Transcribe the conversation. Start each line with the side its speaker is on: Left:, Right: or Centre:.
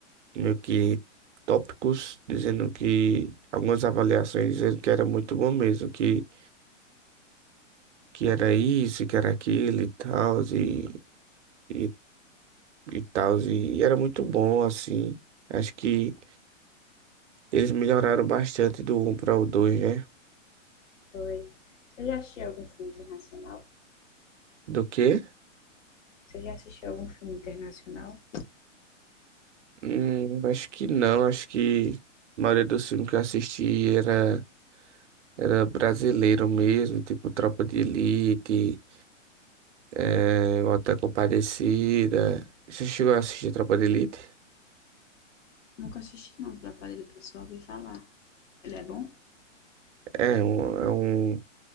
Right: meio que tópicos dizendo que. Algumas avaliações dizendo que era muito bom mesmo, que que era isso, que era aquilo e tal, e, e, e tal, e, e era muito bom, assim. Acho que eles melhoraram bastante do um para o dois né?
Left: Foi. Você já assistiu algum filme internacional?
Right: Do quê?
Left: Você já assistiu algum filme internacional?
Right: Hum, acho que não, acho que a maioria dos filmes que eu assisti era, era brasileiro mesmo, tipo Tropa de Elite, é, O Auto da Compadecida. Você chegou a assistir Tropa de Elite?
Left: Nunca assisti, não. Trapalhado pessoal, ouvi falar. Ele é bom?
Right: É, um, é um